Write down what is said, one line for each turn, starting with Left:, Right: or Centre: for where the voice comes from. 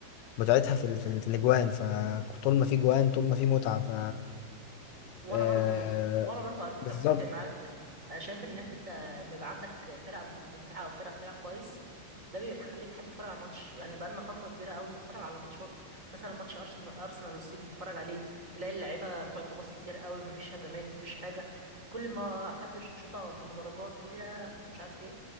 Left: متعتها في ال... في, ال... في الاجوان فطول ما في جوان طول ما في متعه ف
Right: وانا
Left: آه...
Right: برضو مت... وانا برضو على فكره
Left: بالظبط
Right: متفق معاك انا شايف ان انت لما يبقى عندك فرقه م- ممتعه او فرقه بتلعب كويس ده بيخليك تحب تتفرج على الماتش يعني بقى لنا فتره كبيره قوي بنتفرج على الماتشات مثلا ماتش ارسنال ارسنال والسيتي تتفرج عليه تلاقي اللعيبه بتقعد تباصي كتير قوي مفيش هجمات مفيش حاجه كل ما حد يشوط شوطه في المدرجات تقول يا مش عارف ايه